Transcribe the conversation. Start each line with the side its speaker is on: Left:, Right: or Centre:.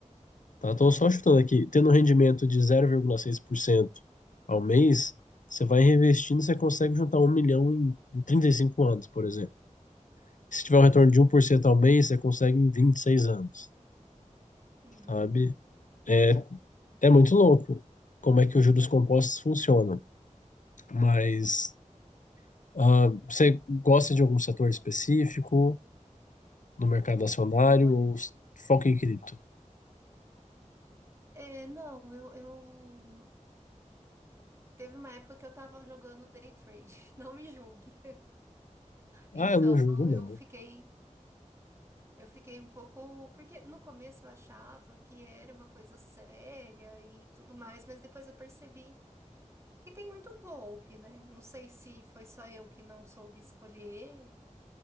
Left: Tá? Estou só chutando aqui. Tendo um rendimento de zero vírgula seis por cento ao mês, você vai reinvestindo, você consegue juntar um milhão em em 35 anos, por exemplo. Se tiver
Right: Nossa.
Left: um retorno de um por cento ao mês, você consegue em 26 anos,
Right: Uhum.
Left: sabe? É, é muito louco como é que os juros compostos funcionam. Mas ah, você gosta de algum setor específico no mercado acionário
Right: Olha,
Left: ou s- foca em cripto?
Right: é, não, eu, eu... Teve uma época que eu tava jogando day trade, <laughs> não me julgue.
Left: Ah,
Right: Então
Left: eu não julgo, não.
Right: eu fiquei, eu fiquei um pouco, porque no começo eu achava que era uma coisa séria e tudo mais, mas depois eu percebi Que tem muito golpe, né? Não sei se foi só eu que não soube escolher,